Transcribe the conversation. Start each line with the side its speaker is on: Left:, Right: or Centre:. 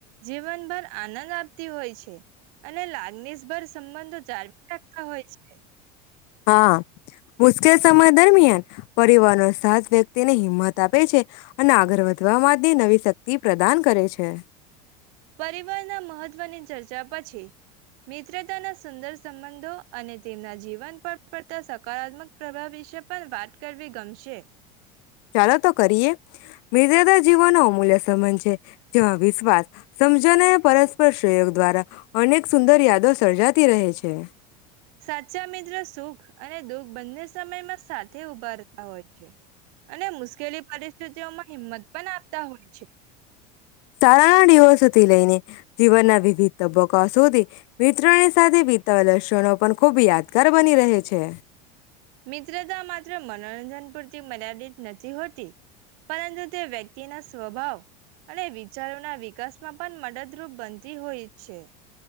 Right: જીવનભર આનંદ આપતી હોય છે અને લાગણીશભર સંબંધો જાળવી રાખતા હોય છે.
Left: હા, મુશ્કેલ સમય દરમિયાન પરિવાર નો સાથ વ્યક્તિને હિંમત આપે છે અને આગળ વધવા માટે નવી તક તિ પ્રદાન કરે છે.
Right: પરિવારના મહત્વની ચર્ચા પછી મિત્રતાના સુંદર સંબંધો અને તેમના જીવન પર પડતા સકારાત્મક પ્રભાવ વિશે પણ વાત કરવી ગમશે.
Left: ચાલો તો કરીએ મિરજાદા જીવનો અમૂલ્ય. તોમજે. જેમાં, વિશ્વાસ સમજણ અને પરસ્પર સયોગ દ્વારા અનેક સુંદર યાદો સર્જાતી રહે છે.
Right: સાચા મિત્ર સુખ અને દોગ બંને સમયમાં સાત. તે ઉભા રતા હોય છે. અને મુશ્કેલી પરિસ્થિતિઓમાં હિંમત પણ આપતા હોય છે.
Left: સાાર દિવસથી લઈને. જીવનના વિવિધ તબક્કા સુધી મિત્રોની સાથે વીતેલા લક્ષણો પણ ખૂબ યાદગાર બની રહે છે.
Right: મિત્રતા માત્ર મનોરંજન પૂરતી મર્યાદિત નથી, હોતી પરંતુ તે વ્યક્તિના સ્વભાવ અને વિચારોના વિકાસમાં પણ મદદ. બનતી હોય જ છે.